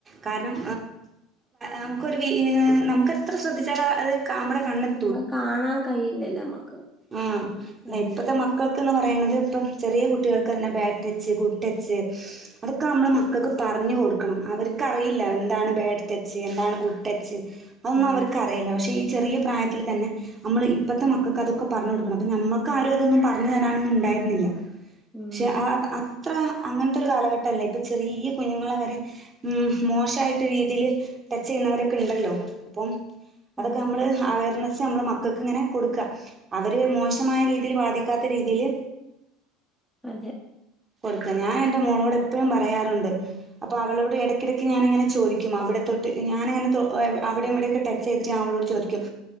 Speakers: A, on the right; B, in the centre.
A: കാരണം നമുക്കൊരു നമുക്ക് എത്ര ശ്രദ്ധിച്ചാല അത് നമ്മുടെ കണ്ണത്തൂ
B: നമ്മ കാണാൻ കഴിയില്ലല്ലോ നമ്മക്ക്
A: ആഹ് എന്ന
B: ഉം
A: ഇപ്പത്തെ മ ക്കക്ക്ന്ന് പറയുന്നത് ഇപ്പം ചെറിയ കുട്ടികൾക്ക് തന്നെ ബാറ്റച്ച് കുട്ടച്ച് അതൊക്കെ നമ്മളെ മക്കക്ക് പറഞ്ഞു കൊടുക്കണം അവർക്കറിയില്ല എന്താണ് ബേഡ്റ്റച്ച് എന്താണ് ഗുട്ടച്ച് അതൊന്നും
B: ഉം
A: അവർക്കറിയില്ല പക്ഷേ ഈ ചെറിയ പ്രായത്തിൽ തന്നെ നമ്മൾ ഇപ്പോഴത്തെ മക്കക്ക് അതൊക്കെ പറഞ്ഞ കൊടുക്കണം അപ്പ നമ്മക്ക് ആരും അതൊന്നും പറഞ്ഞു തരാനൊന്നും ഉണ്ടായിരുന്നില്ല
B: ഉം.
A: പക്ഷെ അത്ര അങ്ങനത്തെൊരു കാലഘട്ടല്ലേ ഇപ്പ ചെറിയ കുഞ്ഞുങ്ങളെ വരെ മോശമായിട്ട രീതിൽ ടച്ച് ചെയ്യുന്നവരൊക്കെ ഉണ്ടല്ലോ അപ്പം അതൊക്കെ
B: ആഹ്
A: നമ്മള് അവയർനെസ്സ് നമ്മള് മക്കൾക്ക് ഇങ്ങനെ കൊടുക്ക അവര് മോശമായ രീതിൽ ബാധിക്കാത്ത രീതിയില്
B: അതെ
A: കൊടുക്ക ഞാൻ എൻറെ മോളോട് എപ്പോഴും പറയാറുണ്ട് അപ്പൊ അവളോട് ഇടക്കിടക്ക് ഞാനിങ്ങന ചോദും അവിടെ തൊട്ട് ഞാനങ്ങനെ അവിടെയും ഇവിടെക്കൊട്ട ചെയ്തിട്ട ഞാ അവളോട് ചോദിക്കും